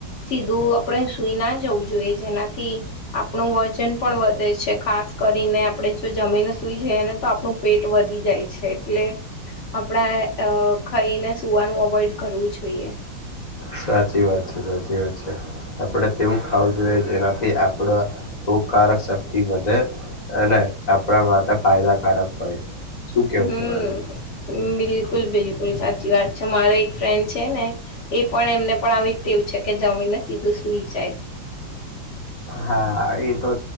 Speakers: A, on the left; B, on the left.
A: સીધું આપણે સુઈ ના જવું જોઈએ જેનાથી આપણું વજન પણ વધે છે ખાસ કરીને આપણે જો જમીને સુઈ જાય ને, તો આપણું પેટ વધી જાય છે એટલે આપણા અ ખાઈને સૂવાનું અવોઈડ કરવું જોઈએ
B: સાચી વાત છે, સાચી વાત છે આપડે તેવું ખાવું જોઈએ જેનાથી કે આપડ રોગકારક શક્તિ વધે અને આપણા ફાયદાકારક હોય શું કેવું
A: હમ
B: તમારૂ
A: બિલકુલ, બિલકુલ સાચી વાત છે, મારે એક ફ્રેન્ડ છે ને એ પણ એમને પણ આવી ટેવ છે કે જમીને સીધું સુઈ જાય
B: હા, એ તો